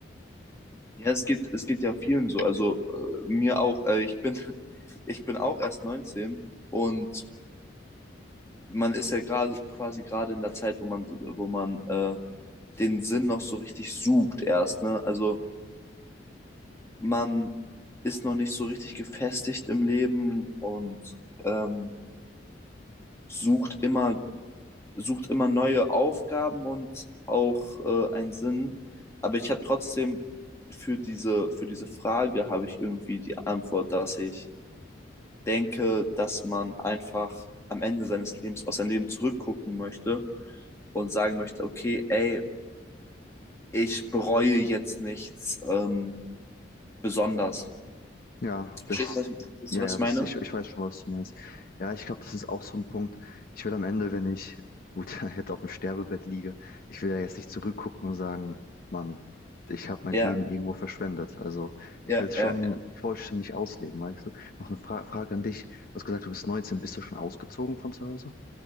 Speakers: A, on the left (about 15°); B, on the left (about 50°).
A: Ja, es geht, es geht ja vielen so. Also äh, mir auch. Äh, ich bin, <laughs> ich bin auch erst 19 und man ist ja gerade quasi gerade in der Zeit, wo man, wo man äh, den Sinn noch so richtig sucht erst. Ne? Also man ist noch nicht so richtig gefestigt im Leben und ähm, sucht immer, sucht immer neue Aufgaben und auch äh, einen Sinn. Aber ich habe trotzdem für diese, für diese Frage habe ich irgendwie die Antwort, dass ich denke, dass man einfach am Ende seines Lebens auf sein Leben zurückgucken möchte und sagen möchte, okay, ey, ich bereue jetzt nichts ähm, besonders.
B: Ja,
A: Verstehst
B: das,
A: du, was, ich, verstehst
B: ja,
A: du, was
B: ja,
A: ich
B: das,
A: meine?
B: ich, ich weiß schon, was du meinst. Ja, ich glaube, das ist auch so ein Punkt. Ich will am Ende, wenn ich, gut, <laughs> jetzt auf dem Sterbebett liege, ich will ja jetzt nicht zurückgucken und sagen, Mann, ich habe mein
A: Ja,
B: Leben irgendwo verschwendet. Also ich
A: ja,
B: will es schon
A: ja, ja.
B: vollständig ausleben, weißt du? Noch eine Fra Frage an dich. Du hast gesagt, du bist 19, bist du schon ausgezogen von zu Hause?